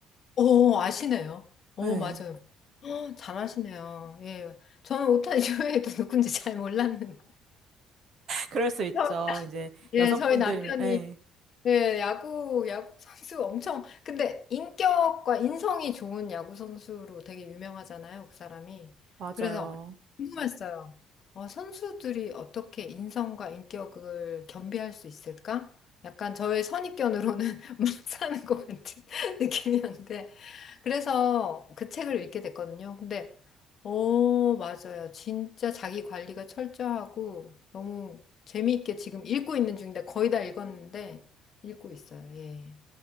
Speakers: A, on the left (about 35°); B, on the right (about 40°).
A: 오, 아시네요. 오,
B: 네.
A: 맞아요. 헉, 잘하시네요. 예. 저는 오타니 쇼헤이도 <laughs> 누군지 잘 몰랐는데.
B: 그럴 수 있죠.
A: 저-
B: 이제
A: 예,
B: 여성분들이면,
A: 저희 남편이
B: 예,
A: 예, 야구 야구 선수 엄청 근데 인격과 인성이 좋은 야구 선수로 되게 유명하잖아요, 그 사람이.
B: 맞아요.
A: 그래서 궁금했어요. 어, 선수들이 어떻게 인성과 인격을 겸비할 수 있을까? 약간 저의 선입견으로는 <laughs> 막 사는 것 같은 <laughs> 느낌이었는데 그래서 그 책을 읽게 됐거든요. 근데, 어, 맞아요. 진짜 자기 관리가 철저하고 너무 재미있게 지금 읽고 있는 중인데 거의 다 읽었는데 읽고 있어요. 예.